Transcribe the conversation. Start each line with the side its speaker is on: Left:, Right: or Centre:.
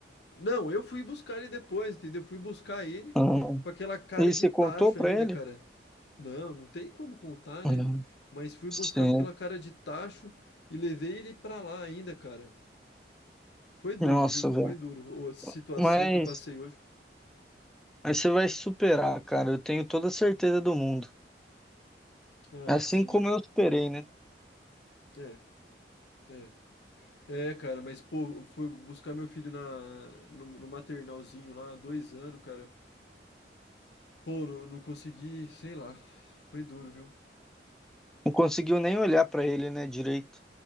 Left: Não, eu fui buscar ele depois, entendeu? Eu fui buscar ele
Centre: Ah,
Left: com aquela cara
Centre: e
Left: de
Centre: você
Left: tacho
Centre: contou pra
Left: ainda,
Centre: ele?
Left: cara. Não, não tem como contar,
Centre: Hum,
Left: né? Mas fui
Centre: Sim.
Left: buscar com aquela cara de tacho e levei ele pra lá ainda, cara. Foi duro,
Centre: Nossa,
Left: viu?
Centre: velho.
Left: Foi duro a situação
Centre: Mas,
Left: que eu passei hoje.
Centre: mas você vai superar, cara. Eu tenho toda a certeza do mundo.
Left: Ah,
Centre: Assim
Left: sim.
Centre: como eu superei, né?
Left: É, é. É, cara, mas, pô, eu fui buscar meu filho na, no, no maternalzinho lá, dois anos, cara. Pô, não, não consegui, sei lá. Foi duro, viu?
Centre: Não conseguiu nem olhar pra ele, né, direito.